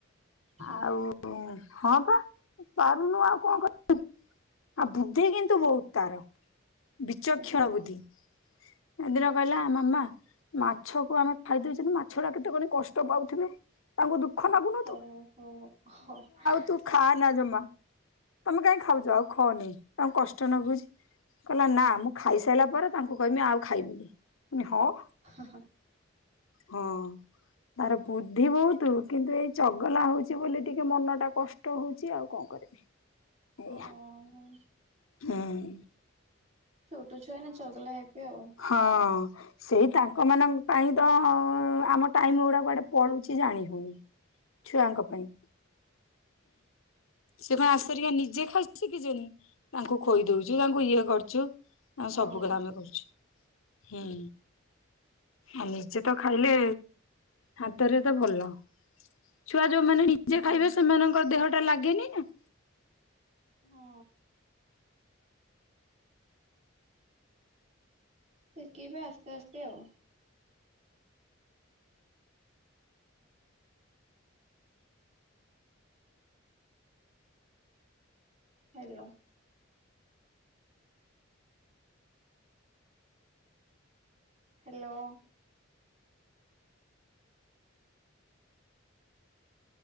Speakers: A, on the right (about 35°); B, on the left (about 80°).
A: ହୁଁ, ହୁଁ।
B: ଆଉ ହଁ ପା, ପାରୁନୁ ଆଉ କଣ କରିବି? ଆଉ ବୁଦ୍ଧି କିନ୍ତୁ ବହୁତ ତାର, ବିଚକ୍ଷଣ
A: ହଁ
B: ବୁଦ୍ଧି। ହେଦିନ କହିଲା ମାମା ମାଛକୁ ଆମେ ଖାଇଦେଉଛେ, ମାଛ ଗୁଡା କେତେ କହନି କଷ୍ଟ ପାଉଥିବେ, ତାଙ୍କୁ ଦୁଃଖ ଲାଗୁନି।
A: ହଉ, ହଉ, ହ ହଁ।
B: ତୁ ଖାଆନା ଜମା, ତମେ କାହିଁ ଖାଉଛ? ଆଉ ଖଅନି, ତାଙ୍କୁ କଷ୍ଟ ଲାଗୁଛି। କହିଲା ନା ମୁଁ ଖାଇସାରିଲା ପରେ ତାଙ୍କୁ କହିବି ଆଉ ଖାଇମିନି। ମୁଁ କହିନି ହଁ।
A: ହଁ, ହଁ।
B: ହଁ ତାର ବୁଦ୍ଧି ବହୁତ। କିନ୍ତୁ ଏଇ ଚଗଲା ହଉଛି ବୋଲି ଟିକେ ମନ ଟା କଷ୍ଟ ହଉଛି ଆଉ କଣ କରିବି। ଏଇଆ
A: ଓହୋ
B: ହୁଁ।
A: ଛୋଟ ଛୁଆ ମାନେ ଚଗଲା ହେବେ ଆଉ।
B: ହ ଉ। ସେଇ ତାଙ୍କ ମାନଙ୍କ ପାଇଁ ତ ଆମ ଟାଇମ ଗୁଡା କୁଆଡେ ପଳୁଛି ଜାଣି ହଉନି।
A: <inaudible>
B: ଛୁଆଙ୍କ ପାଇଁ। ସେ କଣ <inaudible> ନିଜେ ଖାଇ ଶିଖିଛନ୍ତି। ତାଙ୍କୁ ଖୋଇ ଦଉଛୁ ତାଙ୍କୁ ଇଏ କରୁଛୁ। ଆଉ
A: ହଁ
B: ସବୁ କଥା ଆମେ କରୁଛି, ହୁଁ। ଆଉ ନିଜେ ତ ଖାଇଲେ ହାତରେ ତ ଭଲ। ଛୁଆ ଯୋଉମାନେ ନିଜେ
A: ହୁଁ
B: ଖାଇବେ ସେମାନଙ୍କ ଦେହଟା ଲାଗେନି ନା।
A: ହୁଁ। ଶିଖେଇବେ ଆସ୍ତେ ଆସ୍ତେ ଆଉ। ହ୍ୟାଲୋ। ହ୍ୟାଲୋ।